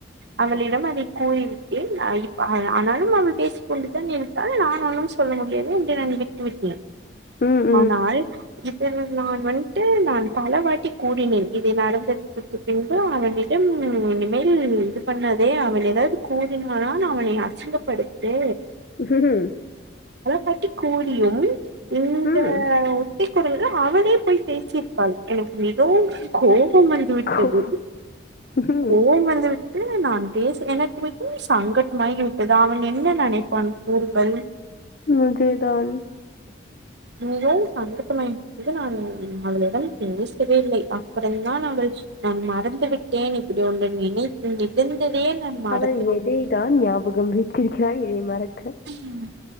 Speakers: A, on the right; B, on the left.
A: அவளிடம் அதை கூறிவிட்டேன் அ இப்ப ஆனாலும் அவள் பேசிக் கொண்டு தான் இருக்காள் நான் ஒன்னும் சொல்ல முடியாது என்று நான் விட்டு விட்டேன்
B: ம் ம்
A: ஆனால் இதனை நான் வன்ட்டு நான் பல வாட்டி கூறினேன் இதை நடந்ததுக்கு பின்பு அவன் இடம் இனிமேல் இது பண்ணாதே அவன் ஏதாவது கூறினால்னா அவனை அசிங்கப்படுத்து
B: ம்
A: கட்டி கூறியும் இந்த
B: ஹும்
A: <unintelligible> அவளே போய் பேசியிருப்பாள் எனக்கு மிகவும் கோவ் வம் வந்து விட்டது
B: ஓ ம்
A: கோவம் வந்து விட் டு நான் பேசுற எனக்கு மட்டு சங்கட்டமாகி விட் டது அவன் என்ன நெனைப்பான் கூறுங்கள்
B: நிஜதான்
A: மிகவும் சங்கட்டமாகிவிட்டது நான் அவளிடம் பேசவே இல்லை அப்புறம்தான் அவள் நான் மறந்து விட்டேன் இப்படி ஒன்று நினைத்து வி இருந்ததையே நான் மறந்து
B: அவள்
A: விட்டேன்
B: எதை தான் ஞாபகம் வைத்திருக்கிறாள் இதை மறக்க
A: ம்